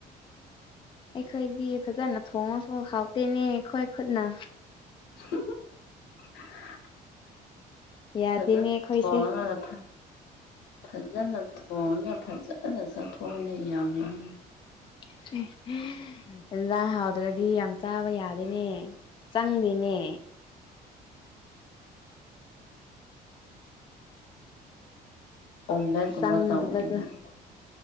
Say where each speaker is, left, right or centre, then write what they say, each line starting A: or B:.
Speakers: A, on the left; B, on the left.
A: ꯑꯩꯈꯣꯏꯗꯤ ꯐꯖꯅ ꯊꯣꯡꯉꯁꯨ ꯍꯥꯎꯇꯦꯅꯦ ꯈꯣꯏ ꯈꯨꯠꯅ
B: <unintelligible>
A: ꯌꯥꯗꯦꯅꯦ
B: ꯐꯖ
A: ꯑꯩꯈꯣꯏꯁꯦ
B: ꯊꯣꯡꯔꯒ ꯐ ꯐꯖꯅ ꯊꯣꯡꯔꯒ ꯐꯖꯅ ꯆꯠꯊꯣꯛꯑꯅꯤ ꯌꯥꯝ ꯌꯥꯝꯅ
A: <unintelligible> ꯑꯦꯟꯖꯥꯡ ꯍꯥꯎꯗ꯭ꯔꯗꯤ ꯌꯥꯝ ꯆꯥꯕ ꯌꯥꯗꯦꯅꯦ ꯆꯪꯗꯦꯅꯦ
B: ꯑꯣꯝꯂꯦꯠꯀꯨꯝꯕ
A: ꯆꯪꯗꯕꯗꯣ
B: ꯇꯧꯗꯅ ꯗꯨꯗꯤ